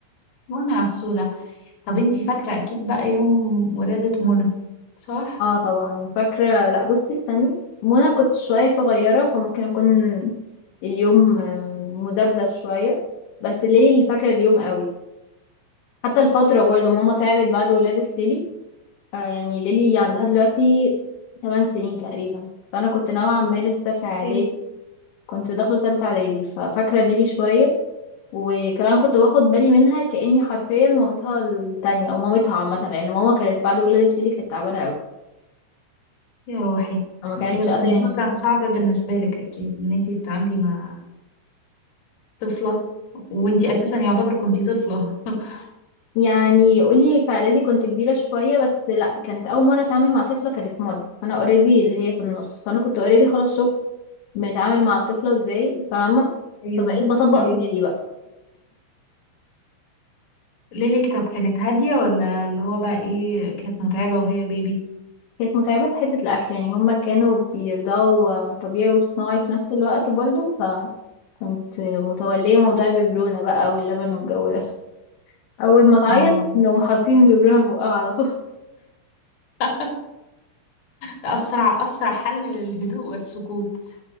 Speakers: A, on the left; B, on the left.
A: وانا عسولة طب انتي فاكرة أكيد بقى يوم ولادة منى صح؟
B: <laughs> اه طبعا فاكره لا بصي استني منى كنت شويه صغيره فممكن اكون اليوم آه، مذبذب شويه بس ليلي اللي فاكره اليوم قوي حتى الفتره برضو ماما تعبت بعد ولاده ليلي آه يعني ليلي عندها دلوقتي 8 سنين تقريبا فانا كنت نوعا ما لسه في اعدادي
A: ايه
B: كنت داخله ثالثه اعدادي ففاكره ليلي شويه وكمان كنت باخد بالي منها كاني حرفيا مامتها التانية او مامتها عامه لان ماما كانت بعد ولاده ليلي كانت تعبانه قوي
A: يا روحي
B: فما كانتش
A: ايه ده بس
B: قادره
A: الموضوع
B: يعني
A: كان صعب بالنسبة لك أكيد إن انتي تتعاملي مع طفلة وانتي أساسا يعتبر كنتي طفلة <laughs>
B: يعني قولي في اعدادي كنت كبيره شويه بس لا كانت اول مره اتعامل مع طفله كانت منى فانا اوريدي اللي هي في النص فانا كنت اوريدي خلاص شفت بنتعامل مع الطفله ازاي فاهمه
A: ايوه
B: فبقيت بطبق
A: ايوه
B: في ليلي بقى
A: ليلي طب كانت هادية ولا اللي هو بقى ايه كانت متعبة وهي بيبي؟
B: كانت متعبة في حتة الأكل يعني هما كانوا بيرضعوا آه، طبيعي وصناعي في نفس الوقت برضو فكنت متولية موضوع الببرونة بقى واللبن والجو ده أول ما تعيط
A: اه
B: لو حاطين الببرونة في بقها على طول <laughs>
A: <laughs> ده أسرع أسرع حل للهدوء والسكوت